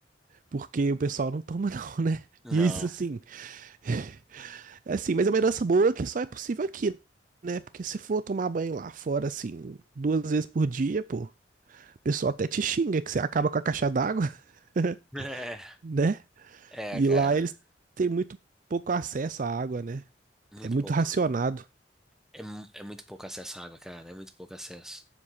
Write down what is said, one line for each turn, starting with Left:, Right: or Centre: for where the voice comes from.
Right: porque o pessoal não toma <laughs> não, né?
Centre: Não.
Right: Isso sim <laughs> é assim, mas é uma herança boa que só é possível aqui, né? Porque se for tomar banho lá fora, assim, duas vezes por dia, pô, o pessoal até te xinga que você acaba com a caixa d'água, <laughs>
Centre: <laughs> É,
Right: né?
Centre: é,
Right: E
Centre: cara,
Right: lá eles têm muito pouco acesso à água, né?
Centre: muito
Right: É muito
Centre: pouco.
Right: racionado.
Centre: É, mu- é muito pouco acesso à água, cara. É muito pouco acesso.